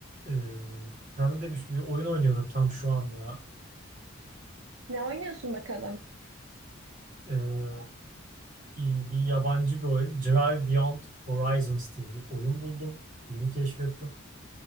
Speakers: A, on the right; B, on the right.
A: Ee, hem de bir, bir oyun oynuyordum tam şu an ya.
B: Ne oynuyorsun bakalım?
A: Ee, iyi- bir yabancı bir oyun. Drive Beyond Horizons diye bir oyun buldum. Yeni keşfettim.